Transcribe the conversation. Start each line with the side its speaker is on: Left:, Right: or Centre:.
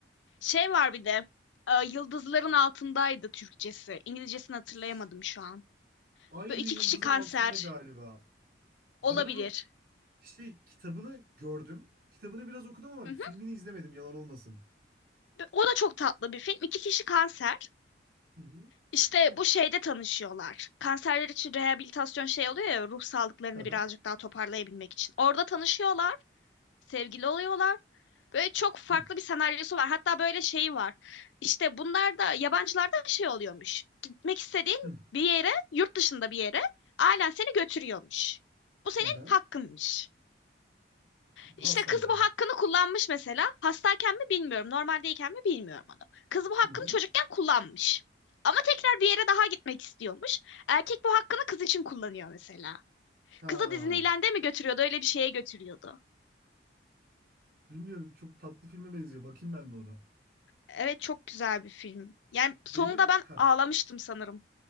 Left: Şey var bir de. e, Yıldızların altındaydı Türkçesi. İngilizcesini hatırlayamadım
Right: Ş-
Left: şu an.
Right: Aynı
Left: Böyle iki
Right: yıldızın
Left: kişi kanser
Right: altında galiba. Ben
Left: olabilir.
Right: onu şey kitabını gördüm. Kitabını biraz okudum ama
Left: Hı
Right: filmini
Left: hı.
Right: izlemedim yalan olmasın.
Left: Ve O da çok tatlı bir film. İki kişi kanser.
Right: Hı hı.
Left: İşte bu şeyde tanışıyorlar. Kanserler için rehabilitasyon şey oluyor ya ruh sağlıklarını
Right: Hı hı.
Left: birazcık daha toparlayabilmek için. Orada tanışıyorlar, sevgili oluyorlar. Böyle çok farklı
Right: Hı
Left: bir senaryosu var. Hatta böyle şeyi var. İşte bunlar da yabancılarda şey oluyormuş. Gitmek istediğin
Right: hı.
Left: bir yere, yurt dışında bir yere ailen seni götürüyormuş. Bu senin
Right: Hı hı.
Left: hakkınmış. İşte
Right: Hastayken.
Left: kız bu hakkını kullanmış mesela. Hastayken mi bilmiyorum, normaldeyken mi bilmiyorum onu. Kız bu hakkını
Right: Hı hı.
Left: çocukken kullanmış. Ama tekrar bir yere daha gitmek istiyormuş. Erkek bu hakkını kız için kullanıyor mesela.
Right: Ha,
Left: Kızı Disneyland'e mi götürüyordu, öyle bir şeye götürüyordu.
Right: bilmiyorum çok tatlı filme benziyor. Bakayım ben de ona.
Left: Evet çok güzel bir film. Yani
Right: Benim
Left: sonunda ben
Right: ha
Left: ağlamıştım sanırım.